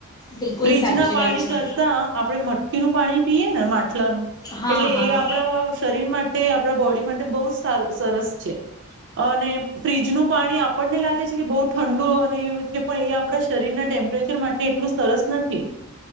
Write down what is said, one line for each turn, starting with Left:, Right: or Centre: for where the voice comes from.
Left: બિલકુલ
Right: ફ્રીજ
Left: સાચી
Right: ના પાણી
Left: વાત છે
Right: કરતા આપડણે મટકીનુંું પાણી પીએ ને માટલાનું,
Left: હા
Right: એટલે
Left: હા
Right: એ આપ આપ શરીર માટે, આપણા બોડી માટે બહુ સારું, સરસ છે અને ફ્રીજનું પાણી આપણને લાગે છે કે બહૂ ઠંડુ અને એવું છે, પણ એ આપણા શરીરના ટેમ્પરેચર માટે એટલું સરસ નથી